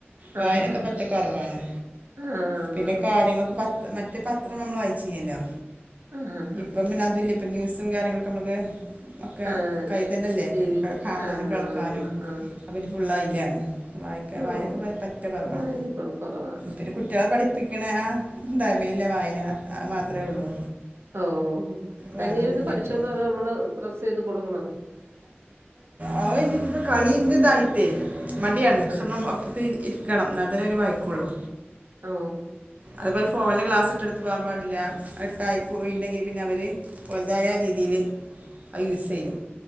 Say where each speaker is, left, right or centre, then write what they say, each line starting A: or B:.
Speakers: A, on the right (about 35°); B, on the right (about 80°).
A: വായനൊക്കെ
B: ആഹ്
A: പറ്റ കുറവാണ്
B: ആ, ആണാണ്
A: പിന്നെ കാര്ങ്ങൊക്ക പ മറ്റേ പത്രം നമ്മൾ വായിച്ച കല്ലോ
B: ആഹ് ആഹ്
A: ഇപ്പം
B: ആഹ്
A: പിന്നെ അതുല്ല ഇപ്പ ന്യൂസ്‌ കാര്യങ്ങളൊക്കെ നമ്മള്ക്ക് ഒക്കെ
B: ആഹ്
A: കൈ തന്നെല്ലേ
B: ടി വിയില്
A: കാണാനും
B: ആഹ്
A: കേൾക്കാനും
B: ആണാണ് ആഹ്
A: അവര് ഫുള്ളായിലാണ് വായിക്കാ
B: ഓഹ്
A: വായനൊക്കെ പറ്റിയ കുറവാണ്
B: വായനയൊക്കെ കൊറവാ
A: പി കുട്ടികളെ പഠി വയനക്കണ ആ തമിലിലെ വായന മാത്രമേ ഉള്ളൂ
B: ഓ
A: വേറൊന്നുമില്ല
B: തനിയ ഇരുന്ന് പഠിച്ചോളൂ
A: ഇപ്പോൾ
B: അത് നമ്മള് പ്രസ് ചെയ്ത് കൊടുക്കണോ
A: ആ ഇനി ഇപ്പ കളിയന്തതായിട്ടേ മടിയാണ്
B: ആഹ്
A: ശക്ഷ ന അപ്പറത്ത് ഇരിക്കണം അതന്നെ ഒരു വായിക്കുള്ളൂ
B: ഓ
A: അതുപോെലെ ഫോണ ലാസ് ഇട്ട് ത്ത് പോകാൻ പാടില്ല ഇട്ടായി പോയിണ്ടെങ്കിൽ പിന്നെ അവര് വലുതായ രീതിയിയില് അയോയൂസ് ചെയ്യും